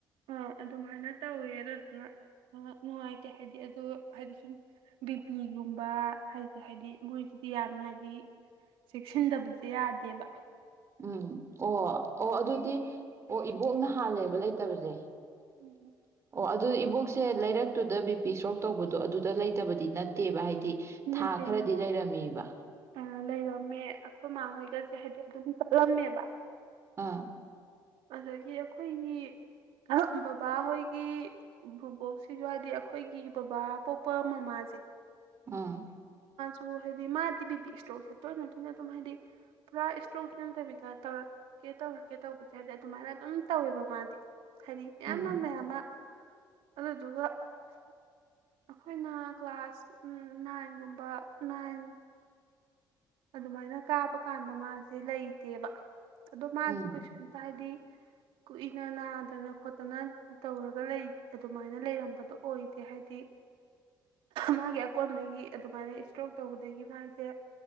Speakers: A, on the right (about 85°); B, on the right (about 35°).
A: ꯑꯪ ꯑꯗꯨ ꯃꯥꯅ ꯇꯧꯋꯦ ꯑꯗꯨꯗꯨꯅ ꯅ ꯅꯨꯡꯉꯥꯏꯇꯦ ꯍꯥꯏꯗꯤ ꯑꯗ ꯍꯥꯏꯗꯤ ꯁꯨꯝ ꯕꯤꯄꯤꯒꯨꯝꯕ ꯍꯥꯏꯗ ꯍꯥꯏꯗꯤ ꯃꯣꯏꯁꯤꯗꯤ ꯌꯥꯝꯅ ꯍꯥꯏꯗꯤ ꯆꯦꯛꯁꯤꯟꯗꯕꯖꯦ ꯌꯥꯗꯦꯕ
B: ꯎꯝ ꯑꯣ ꯑꯣ ꯑꯗꯨꯗꯤ ꯑꯣ ꯏꯕꯣꯛꯅ ꯍꯥꯜꯂꯦꯕ ꯂꯩꯇꯕꯖꯦ
A: ꯎꯝ
B: ꯑꯣ ꯑꯗꯨ ꯏꯕꯣꯛꯁꯦ ꯂꯩꯔꯛꯇꯨꯗ ꯕꯤ ꯄꯤ ꯏꯁꯇ꯭ꯔꯣꯛ ꯇꯧꯕꯗꯣ ꯑꯗꯨꯗ ꯂꯩꯇꯕꯗꯤ ꯅꯠꯇꯦꯕ ꯍꯥꯏꯗꯤ ꯊꯥ
A: ꯅꯠꯇꯦ
B: ꯈꯔꯗꯤ
A: ꯅꯠꯇꯦ
B: ꯂꯩꯔꯝꯃꯦꯕ
A: ꯑ ꯂꯩꯔꯝꯃꯦ ꯑꯈꯣꯏ ꯃꯥꯥ ꯍꯣꯏꯒꯁꯦ ꯍꯥꯏꯗꯤ ꯑꯗꯨꯝ ꯆꯠꯂꯝꯃꯦꯕ
B: ꯑꯪ
A: ꯑꯗꯒꯤ ꯑꯈꯣꯏꯅꯤ ꯑꯍꯛ ꯕꯕꯥ ꯍꯣꯏꯒꯤ ꯚꯨꯕꯣꯛꯁꯤꯖꯨ ꯍꯥꯏꯗꯤ ꯑꯩꯈꯣꯏꯒꯤ ꯕꯕꯥ ꯄꯣꯛꯄ ꯃꯃꯥꯖꯦ
B: ꯑꯥ
A: ꯑꯣ ꯍꯥꯏꯗꯤ ꯃꯥꯗꯤ ꯕꯤ ꯄꯤ ꯏꯁꯇ꯭ꯔꯣꯛꯖꯦ ꯇꯣꯏꯅ ꯇꯣꯏꯅ ꯑꯗꯨꯝ ꯍꯥꯏꯗꯤ ꯄꯨꯔꯥ ꯏꯁꯇ꯭ꯔꯣꯛ ꯇ ꯅꯗꯕꯤꯗ ꯇꯧꯔꯛꯀꯦ ꯇꯧꯔꯛꯀꯦ ꯇꯧꯕꯁꯦ ꯑꯗꯤ ꯑꯗꯨꯃꯥꯏꯅ ꯑꯗꯨꯝ ꯇꯧꯋꯦꯕ ꯃꯥꯗꯤ ꯍꯥꯏꯔꯤ ꯃꯌꯥꯝ
B: ꯎꯝ
A: ꯃꯥ ꯃꯌꯥꯝ ꯃꯥ ꯑꯗꯨꯗꯨꯒ ꯑꯩꯈꯣꯏꯅ ꯀ꯭ꯂꯥꯁ ꯎꯝ ꯅꯥꯏꯟꯒꯨꯝꯕ ꯅꯥꯏꯟ ꯑꯗꯨꯃꯥꯏꯅ ꯀꯥꯞꯄ ꯀꯥꯟꯗ ꯃꯥꯁꯦ ꯂꯩꯇꯦꯕ ꯑꯗꯣ ꯃꯥꯁꯨ
B: ꯎꯝ
A: ꯀꯩꯁꯨꯝꯇ ꯍꯥꯏꯗꯤ ꯀꯨꯏꯅ ꯅꯥꯗꯅ ꯈꯣꯠꯇꯅ ꯇꯧꯔꯒ ꯂꯩ ꯑꯗꯨꯃꯥꯏꯅ ꯂꯩꯔꯝꯕꯗꯣ ꯑꯣꯏꯗꯦ ꯍꯥꯏꯗꯤ ꯃꯥꯒꯤ ꯑꯀꯣꯟꯕꯗꯒꯤ ꯑꯗꯨꯃꯥꯏꯅ ꯏꯁꯇ꯭ꯔꯣꯛ ꯇꯧꯕꯗꯒꯤ ꯃꯥꯁꯦ